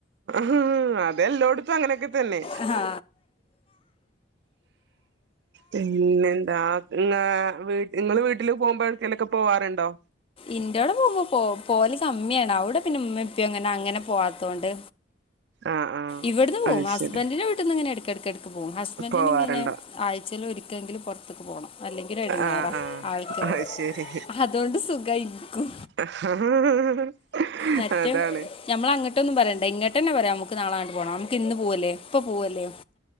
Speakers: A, on the right (about 60°); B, on the left (about 30°).
A: ഉം അതെല്ലോട്ത്തും അങ്ങനെ ഒക്കെ തന്നെ
B: ആ
A: പിന്നെന്താങ്ങ വീ ഇങ്ങള് വീട്ടില് പോകുമ്പോഴക്കെലൊക്കെ പോവാറുണ്ടോ
B: ഇന്റോടെ പോകുമ്പോ പോലെ <unintelligible> സമ്മ്യേണ് ഔടെ പിന്നെ ഇമ്മി ഇപ്പെ അങ്ങനെ അങ്ങനെ പോവാത്തോണ്ട്
A: ആഹ് ആഹ്
B: ഇവിട്ന്ന് പോവും
A: അത്
B: ഹസ്ബൻഡറിന്റെ
A: ശരി
B: വീട്ട്ന്ന്ങ്ങനെ എട്ക്കെട്ക്ക ക്ക് പോകും ഹസ്ബൻഡിനന്
A: പോവാറുണ്ടോ
B: ഇങ്ങനെ ആഴ്ചേല് ഒരിക്കലെങ്കിലു പൊറ ത്ത്ക്ക് പോണം അല്ലെങ്കിലൊര് എടെങ്ങേറാ
A: ആഹ് ആഹ്
B: ആൾക്ക്
A: അത് ശരി
B: അതോണ്ട് സുഖ ഇൻക്കും
A: <inaudible>
B: മറ്റും
A: അതാണ്
B: ഞമ്മളങ്ങട്ടൊന്നും പറയെണ്ട ഇങ്ങേട്ടെന്നെ പറയാംമ്ക്ക് ഇൻക്ക് നാളാണ്ട് പോണം. നമുക്ക് ഇന്ന് പോവല്ലേ ഇപ്പ പോവ് ല്ലേ.